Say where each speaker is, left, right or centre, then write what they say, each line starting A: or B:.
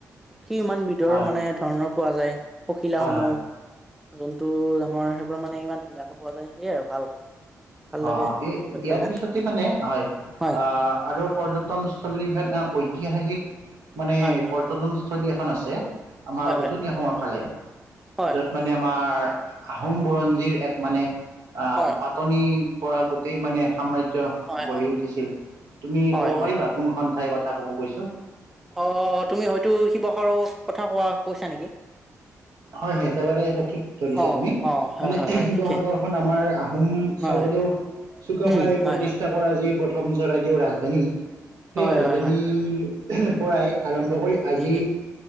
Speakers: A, in the centre; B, on the right.
A: পক্ষী, ইমান বিধৰ
B: হয়
A: মানে ধৰণৰ পোৱা যায়, পখিলা
B: হয়
A: সমূহ।
B: হয়
A: জন্তু জানোৱাৰ সেই পৰা মানে, ইমান ধুনীয়াকে পোৱা যায় সেয়াই আৰু ভাল। ভাল
B: অ,
A: লাগে
B: অ, এই
A: গৈ
B: ইয়াৰ
A: পেলাই
B: পিছতে মানে হয়।
A: হয়
B: অ, আৰু পৰ্যটনস্থলী এখন, ঐতিহাসিক মানে
A: হয় হয়
B: পৰ্যটনস্থলী এখন আছে। আমাৰ
A: হয় হয়
B: উজনি, অসমৰ ফালে
A: হয়
B: য'ত মানে, আমাৰ আহোম বুৰঞ্জীৰ এক মানে
A: হয়
B: পাতনি পৰা গোটেই মানে সাম্ৰাজ্যৰ
A: হয় হয়
B: গঢ়ি উঠিছিল, তুমি
A: হয়
B: ক'ব
A: হয়
B: পাৰিবা? কোনখন ঠাইৰ কথা ক'ব গৈছোঁ?
A: অ, তুমি হয়তো শিৱসাগৰৰ কথা কোৱা, কৈছা নেকি?
B: হয়, হয় একেবাৰে সঠিক ধৰিছা
A: অ
B: তুমি।
A: অ হয়
B: মানে
A: হয় হয়
B: শিৱসাগৰখন,
A: ঠিকে
B: আমাৰ আহোম
A: হয়
B: স্বৰ্গদেউ চুকাফাই
A: উম
B: প্ৰতিষ্ঠা
A: হয় হয়
B: পৰাজি প্ৰথম, চৰাইদেউ ৰাজধানী, সেই
A: হয়
B: ৰাজধানীৰ
A: হয় হয়
B: পৰাই আৰম্ভ কৰি, আজি
A: ঠিকেই